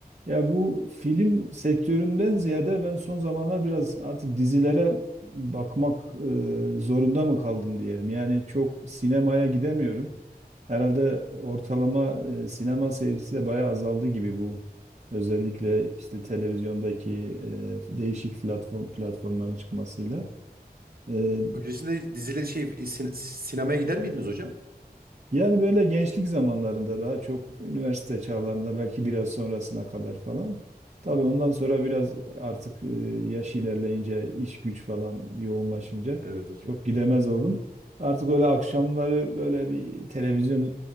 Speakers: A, on the right; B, on the right.
A: Ya bu film sektöründen ziyade ben son zamanlar biraz artık dizilere bakmak e, zorunda mı kaldım diyelim. Yani çok sinemaya gidemiyorum. Herhalde ortalama e, sinema seyircisi de bayağı azaldı gibi bu. Özellikle işte televizyondaki e, değişik platform platformların çıkmasıyla. E,
B: Öncesinde dizile şey sin- sinemaya gider miydiniz hocam?
A: Yani böyle gençlik zamanlarında daha çok üniversite çağlarında belki biraz sonrasına kadar falan. Tabii
B: Hı hı.
A: ondan sonra biraz artık e, yaş ilerleyince iş güç falan yoğunlaşınca
B: Evet hocam.
A: çok gidemez oldum. Artık öyle akşamları böyle bir televizyon